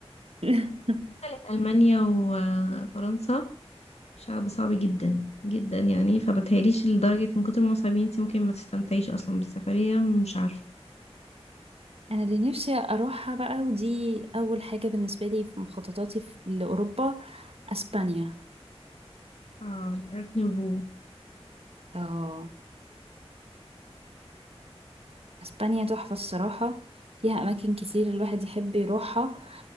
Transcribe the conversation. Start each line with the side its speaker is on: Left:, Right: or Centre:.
Right: <laughs>
Left: مثلا ألمانيا وفرنسا شعب صعب جدا جدا يعني فمتهيأليش لدرجة من كتر ما صعبين انت ممكن ما تستمتعيش أصلا بالسفرية مش عارفة
Right: انا اللي نفسي اروحها بقى ودي اول حاجه بالنسبه لي في مخططاتي في- لاوروبا اسبانيا
Left: اه الارت نوفو
Right: اه اسبانيا تحفه الصراحه فيها اماكن كتير الواحد يحب يروحها